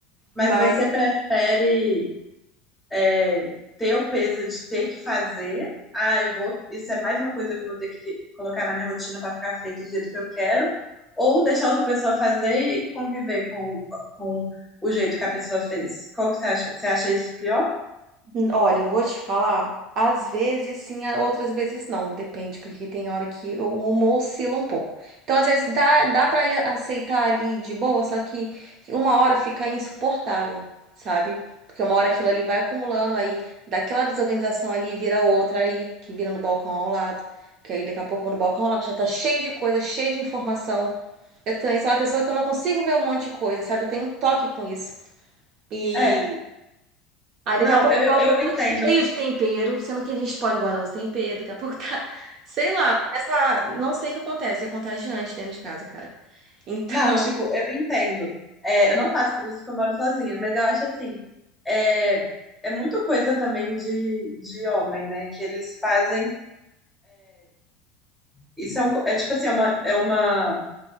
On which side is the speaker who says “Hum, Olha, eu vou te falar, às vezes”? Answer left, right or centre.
Right